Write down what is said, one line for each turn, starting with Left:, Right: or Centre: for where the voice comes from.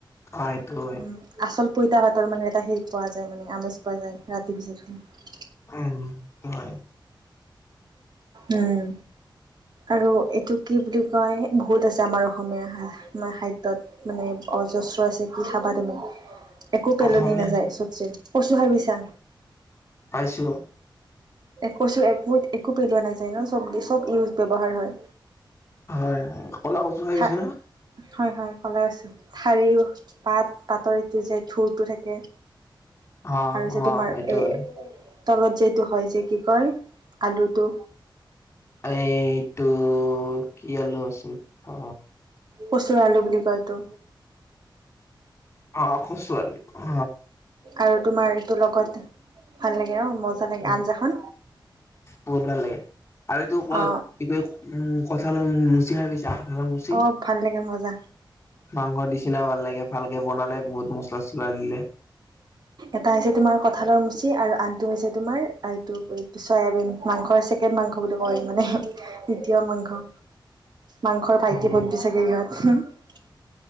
Left: অ এইটো হয়
Right: উ আচল পইতা ভাতৰ মানে এটা সেই পোৱা যায় মানে আমেজ পোৱা যায় ৰাতি ভিজাই থলে
Left: উম হয়
Right: উম আৰু এইটো কি বুলি কয় বহুত আছে আমাৰ অসমীয়া খাদ্যত মানে অজস্ৰ আছে কি খাবা তুমি একো পেলনি
Left: অসমীয়া
Right: নাযায় চবচিৰ কচু ভাবিছা
Left: পাইছো
Right: কচু একো একো পেলোৱা নাযায় ন চব চব ইউজ ব্য্ৱহাৰ হয়
Left: হয় হয় ক'লা কচু খাই
Right: থা
Left: পাইছা না
Right: হয় হয় কৰা কচু ঠাৰিও পাত বাতৰ এইটো যে থুৰটো থাকে
Left: অঁ
Right: আৰু যে তোমাৰ
Left: অঁ সেইটো
Right: এ
Left: হয়
Right: তলত যিটো হয় যে কি কয় আলুটো
Left: এইটো কি আলো আছিল অ
Right: কচচু আলো বুলি কয় এইটো
Left: অ কচু আলু অ
Right: আৰু তোমাৰ এইটো লগত ভাল লাগে অ মজা লাগে
Left: উ
Right: আঞ্জাখন
Left: বহুত ভাল লাগে আৰু এইটো ক
Right: অ
Left: কি কয় উ কথাাল মিচিং খাই পিছা মুচি
Right: অ ভাল লাগে মজা
Left: মাংস নিচিনাও ভাল লাগে ভালকে বনালে বহুত মছলা চছলা দিলে
Right: এটা হৈছে তোমাৰ কঠালৰ মুচি আৰু আনটো হৈছে তোমাৰ এইটো এই চয়াবিন মাংসৰ ছেকেণ্ড মাংস বুলি কয় মানে দ্বিতীয় মাংস মাংসৰ ভাইটি
Left: উম
Right: ভন্তি চাগে ইহতঁ <unintelligible>